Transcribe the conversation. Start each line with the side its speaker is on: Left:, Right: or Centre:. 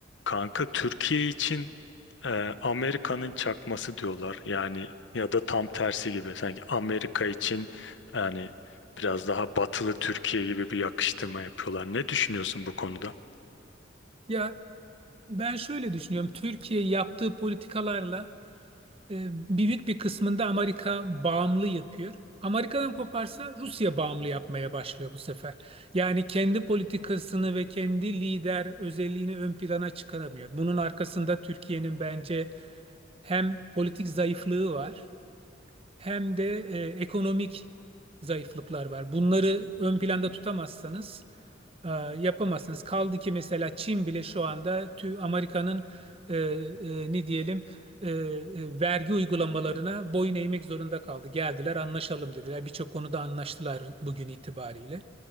Left: Kanka Türkiye için e, Amerika'nın çakması diyorlar. Yani ya da tam tersi gibi. Sanki Amerika için yani biraz daha batılı Türkiye gibi bir yakıştırma yapıyorlar. Ne düşünüyorsun bu konuda?
Right: Ya ben şöyle düşünüyorum. Türkiye yaptığı politikalarla e, büyük bir kısmında Amerika bağımlı yapıyor. Amerika'dan koparsa Rusya bağımlı yapmaya başlıyor bu sefer. Yani kendi politikasını ve kendi lider özelliğini ön plana çıkaramıyor. Bunun arkasında Türkiye'nin bence hem politik zayıflığı var hem de e, ekonomik zayıflıklar var. Bunları ön planda tutamazsanız e, yapamazsınız. Kaldı ki mesela Çin bile şu anda tü Amerika'nın e, e, ne diyelim e, e, vergi uygulamalarına boyun eğmek zorunda kaldı. Geldiler anlaşalım dediler. Birçok konuda anlaştılar bugün itibariyle.